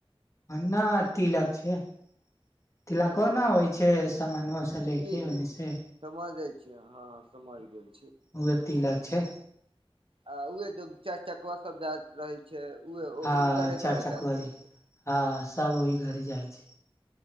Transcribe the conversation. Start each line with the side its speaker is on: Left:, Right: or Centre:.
Left: न तिलक छै तिलको
Right: ओ
Left: ने होइ छै सामानोसँ लेके
Right: जी जी
Left: ओन्ने से
Right: समझै हँ ह सम्हारि गेल
Left: उहे तिलक छै
Right: आ उह द चारि चाक्बा सब जा रहै छै ह
Left: हँ
Right: हुनकरे
Left: चार
Right: घरे
Left: चकवा
Right: जाइत रहै
Left: जे
Right: छै
Left: हँ सब ओहि घरे जाइ छै